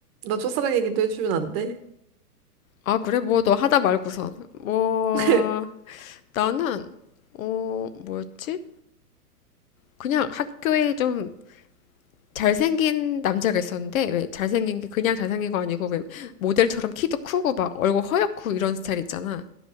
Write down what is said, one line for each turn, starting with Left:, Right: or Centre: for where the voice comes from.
Right: 나 첫사랑 얘기도 해주면 안 돼?
Left: 아 그래 뭐 너 하다 말고선 뭐
Right: <laughs>
Left: 나는 어 뭐였지? 그냥 학교에 좀 잘생긴 남자가 있었는데 왜 잘생긴 게 그냥 잘생긴 거 아니고 왜 모델처럼 키도 크고 막 얼굴 허옇고 이런 스타일 있잖아.